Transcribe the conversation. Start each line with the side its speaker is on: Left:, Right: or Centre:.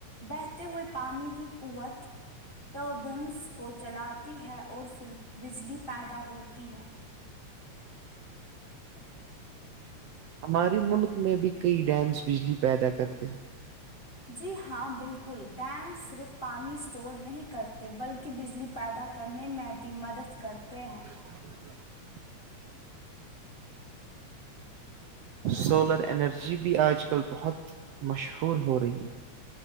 Left: بہتے ہوئے پانی کی قوت ٹربنس کو چلاتی ہے اور پھر بجلی پیدا ہوتی ہے ا <inaudible>
Right: ہمارے ملک میں بھی کئی ڈیمس بجلی پیدا کرتے ہیں
Left: جی ہاں بالکل ڈیم صرف پانی اسٹور نہیں کرتے بلکہ بجلی پیدا کرنے میں بھی مدد کرتے ہیں
Right: ہ <inaudible> سولر انرجی بھی آج کل بہت مشہور ہو رہی ہے